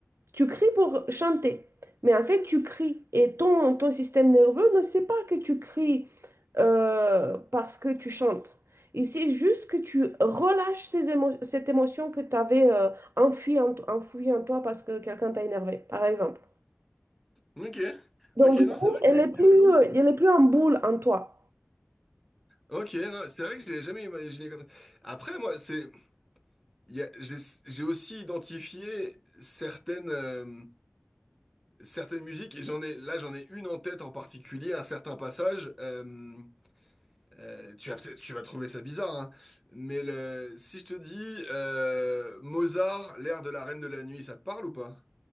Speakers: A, on the right; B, in the centre.
A: tu cries pour chanter, mais en fait tu cries et ton, ton système nerveux ne sait pas que tu cries euh, parce que tu chantes. Il sait juste que tu relâches ces émo- cette émotion que tu avais euh, enfouie en, enfouie en toi parce que quelqu'un t'a énervé, par exemple.
B: Ok,
A: Donc
B: ok,
A: du coup,
B: non, c'est vrai
A: elle
B: qu'effectivement.
A: est plus, euh, elle est plus en boule en toi.
B: Ok, non, c'est vrai que je l'ai jamais imaginé comme. Après, moi, c'est, il y a- j'ai, j'ai aussi identifié certaines, euh, certaines musiques et j'en ai, là, j'en ai une en tête en particulier, un certain passage. euh, euh, tu vas peut-être, tu vas trouver ça bizarre, hein, mais le, si je te dis euh, Mozart, l'air de la Reine de la Nuit, ça te parle ou pas?